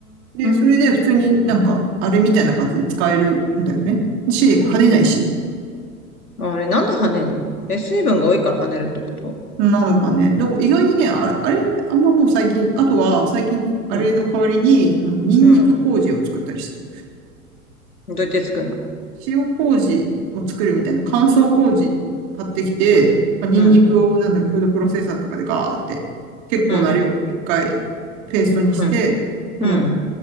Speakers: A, on the right (about 45°); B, on the left (about 80°).
A: で、それで普通になんか、
B: ん。
A: あれみたいな感じで使えるんだよね。し、跳ねないし。
B: あれ、なんで跳ねんのえ、水分が多いから跳ねるってこと
A: なのかね。だから意外にね、あれ、あれ、あんまもう最近、あとは最近、あれの代わりに、
B: うん、
A: あの、ニンニク麹を作ったりしてる。
B: うん。どうやって作るの
A: 塩麹を作るみたいな乾燥麹買ってきて、
B: うん、
A: まあ、ニンニクを、
B: うん、
A: なんだろう、フードプロセッサーとかでガーって、結構な量を一回
B: うん、
A: ペーストにして、
B: うん、
A: その
B: う